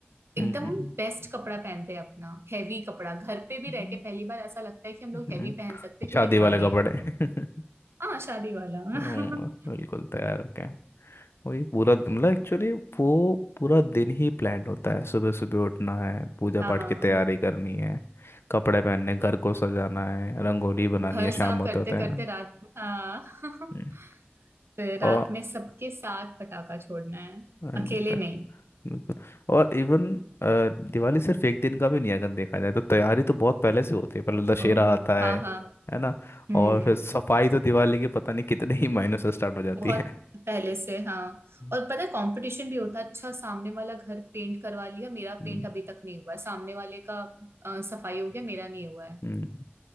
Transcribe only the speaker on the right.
एकदम बेस्ट कपड़ा पहनते हैं अपना हैवी कपड़ा घर पे भी
रह के पहली बार ऐसा लगता है कि हम लोग
हैवी पहन सकते हैं क्योंकि
दिवाली
है
हाँ शादी वाला <laughs>
हाँ
घर
साफ
करते
करते रात हाँ <laughs>
फिर
रात में सबके साथ पटाखा छोड़ना है
अकेले नहीं
ओह
हाँ हाँ
हम्म
बहुत
पहले से हाँ
और पता है कंपटीशन भी होता है अच्छा सामने वाला घर पेंट करवा लिया मेरा
पेंट अभी तक नहीं हुआ है सामने वाले का अ, सफाई हो गया मेरा नहीं हुआ है